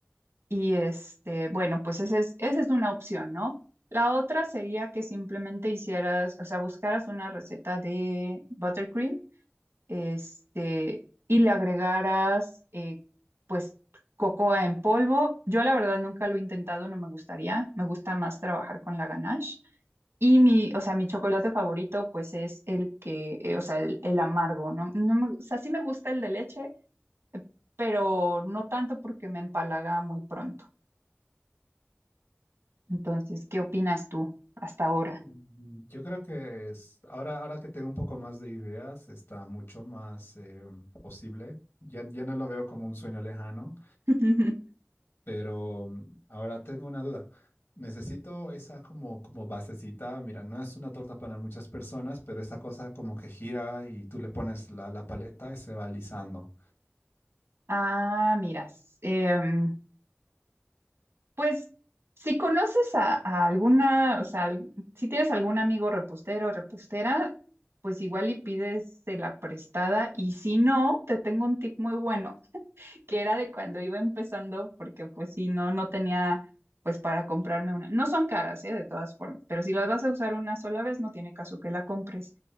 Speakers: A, on the right (about 80°); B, on the left (about 80°).
A: Y este, bueno, pues esa es, esa es una opción, ¿no? La otra sería que simplemente hicieras, o sea, buscaras una receta de buttercream, este, y le agregaras, eh, pues, cocoa en polvo. Yo la verdad nunca lo he intentado, no me gustaría. Me gusta más trabajar con la ganache. Y mi, o sea, mi chocolate favorito, pues es el que, eh, o sea, el, el amargo, ¿no? No me- o sea, sí me gusta el de leche, pero no tanto porque me empalaga muy pronto. Entonces, ¿qué opinas tú hasta ahora?
B: Mm, Yo creo que es, ahora, ahora que tengo un poco más de ideas, está mucho más eh, posible. Ya, ya no lo veo como un sueño lejano,
A: <laughs>
B: pero mm, ahora tengo una duda. Necesito esa como, como basecita. Mira, no es una torta para muchas personas, pero esa cosa como que gira y tú le pones la, la paleta y se va alisando.
A: Ah, miras, em, pues si conoces a, a alguna, o sea, al- si tienes algún amigo repostero o repostera, pues igual y pides la prestada y si no, te tengo un tip muy bueno, <laughs> que era de cuando iba empezando, porque pues si no, no tenía pues para comprarme una. No son caras, ¿eh? De todas formas, pero si las vas a usar una sola vez, no tiene caso que la compres.